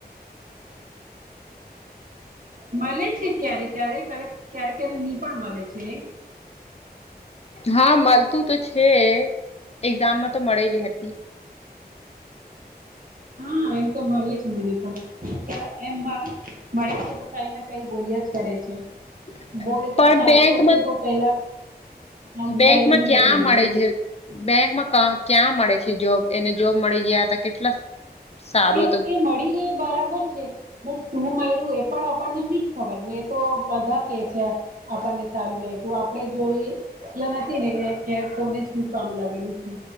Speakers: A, on the right; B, on the left.
A: મળે છે ક્યારે ક્યારેક ક ક્યારે ક્યારે હી પણ મળે છે.
B: હા મળતું તો છે એક્ઝામમાં તો મળેલી હતી.
A: હા એમ તો મળે છે મને પણ એમ મળે છે તો. કઈ ના કઈ બોલી જ કરે છે.
B: <inaudible>
A: બોર્ડ એક્ઝામ
B: પણ
A: ચાલતું
B: બેંકમાં
A: હતું તો પેલા હા
B: બેંકમાં
A: મયલી
B: ક્યાં
A: હતી
B: મળે
A: મને
B: છે. બેંકમાં ક્યાં મળે છે જોબ એને જોબ મળી ગયા હતા કેટલા. સારું
A: એ
B: હતું
A: એ મળી ગય બરાબર છે. બટ શું મળ્યું એ પણ આપણને નહી ખબર ને એ તો બધા કે છે. આપણને સારું લાગ્યું આપડે જોઈએ. એટલે નથી ને કોને શું કામ લાગેલું છે.